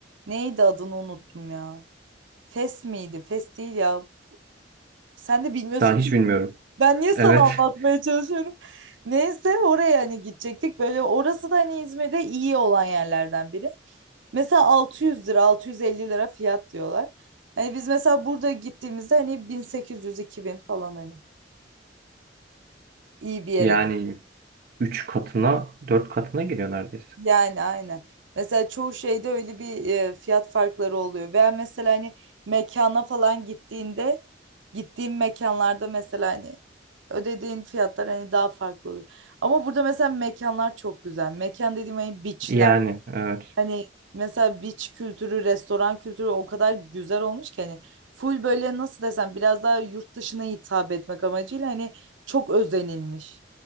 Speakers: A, on the right; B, on the right.
A: Neydi adını unuttum ya. Fes miydi? Fes değil ya. Sen de bilmiyorsun
B: Ben
A: ki.
B: hiç bilmiyorum.
A: Ben niye sana
B: Evet. <laughs>
A: anlatmaya çalışıyorum? <laughs> Neyse oraya hani gidecektik. Böyle orası da hani İzmir'de iyi olan yerlerden biri. Mesela 600 lira, 650 lira fiyat diyorlar. Hani biz mesela burada gittiğimizde hani 1800-2000 falan hani iyi bir yere
B: Yani
A: gittik.
B: 3 katına, 4 katına geliyor neredeyse.
A: Yani aynen. Mesela çoğu şeyde öyle bir e, fiyat farkları oluyor. Veya mesela hani mekana falan gittiğinde gittiğim mekanlarda mesela hani ödediğin fiyatlar hani daha farklı oluyor. Ama burada mesela mekanlar çok güzel. Mekan dediğim hani beachler.
B: Yani evet.
A: Hani mesela beach kültürü, restoran kültürü o kadar güzel olmuş ki hani full böyle nasıl desem biraz daha yurt dışına hitap etmek amacıyla hani çok özenilmiş.